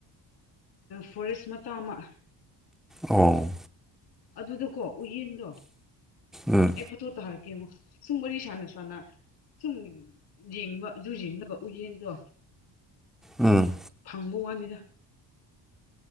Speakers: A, on the left; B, in the centre.
A: ꯐꯣꯔꯦꯁ ꯃꯆꯥ ꯑꯃꯥ
B: ꯑꯣ
A: ꯑꯗꯨꯗꯀꯣ ꯎꯌꯦꯟꯗꯣ
B: ꯎꯝ
A: ꯐꯠꯇꯣ ꯇꯥꯔꯛꯀꯦ ꯌꯦꯉꯣ ꯁꯨꯝ ꯋꯥꯔꯤ ꯁꯥꯅ ꯁꯥꯅ ꯁꯨꯝ ꯌꯦꯡꯕ ꯑꯗꯨ ꯌꯦꯡꯂꯒ ꯎꯌꯦꯟꯗꯣ
B: ꯎꯝ
A: ꯐꯪꯕ ꯋꯥꯅꯤꯗ